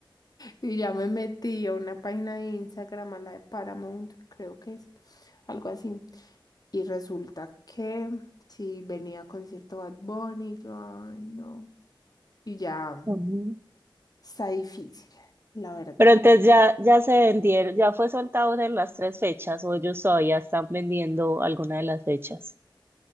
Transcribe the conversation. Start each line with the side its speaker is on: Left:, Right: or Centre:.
Left: Y ya me metí a una página de Instagram, a la de Paramount, creo que es algo así. Y resulta que si venía concierto Bad Bunny, yo, ay, no. Y ya
Right: Ujú.
Left: está difícil, la verdad.
Right: Pero entonces ya, ya se vendieron, ya fue soltado en las tres fechas o ellos todavía están vendiendo alguna de las fechas.